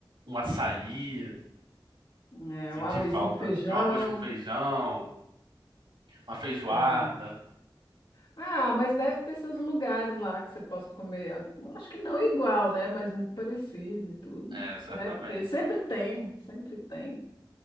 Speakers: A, on the right; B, on the left.
A: um açaí,
B: É,
A: sentir
B: o arrozinho
A: falta
B: com feijão.
A: de um arroz com feijão, uma feijoada.
B: é. Ah, mas deve ter seus lugares lá que você possa comer. Eu Acho que não igual, né? Mas muito parecido e tudo.
A: É, certamente.
B: Deve ter. Sempre tem, sempre tem.